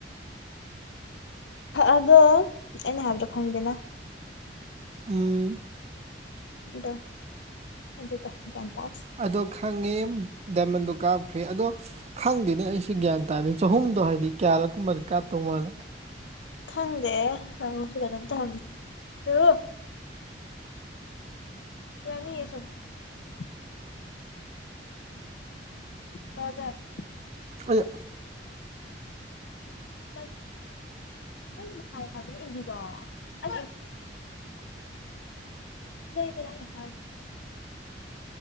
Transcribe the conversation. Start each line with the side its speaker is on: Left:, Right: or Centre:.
Left: ꯑꯗꯣ ꯑꯩꯅ ꯍꯥꯏꯕꯗꯣ ꯈꯪꯉꯤꯗꯅ
Right: ꯎꯝ
Left: ꯑꯗꯣ ꯑꯗꯨꯗꯣ ꯒ꯭ꯌꯥꯟ ꯇꯥꯁ
Right: ꯑꯗꯣ ꯈꯪꯉꯦ ꯗꯥꯏꯃꯟꯗꯣ ꯀꯥꯞꯈ꯭ꯔꯦ ꯑꯗꯣ ꯈꯪꯗꯦꯅꯦ ꯑꯩꯁꯦ ꯒ꯭ꯌꯥꯟ ꯇꯥꯔꯅꯤ ꯆꯍꯨꯝꯗꯣ ꯍꯥꯏꯗꯤ ꯀꯌꯥꯔꯛ ꯀꯨꯝꯕ ꯇꯣꯉꯥꯜꯂꯦ
Left: ꯈꯪꯗꯦ ꯍꯪꯁꯨ ꯀꯩꯅꯣꯝꯇ ꯍꯪꯉꯦ ꯀꯅꯤꯌꯦ ꯆꯨꯝ <inaudible> ꯇꯖꯦ <inaudible>
Right: ꯑꯗꯣ
Left: <inaudible> ꯃꯈꯥꯏ ꯍꯥꯏꯕꯅꯤ ꯏꯟꯗꯤꯗꯣ <inaudible> ꯦ ꯇ ꯍꯥꯏ <inaudible>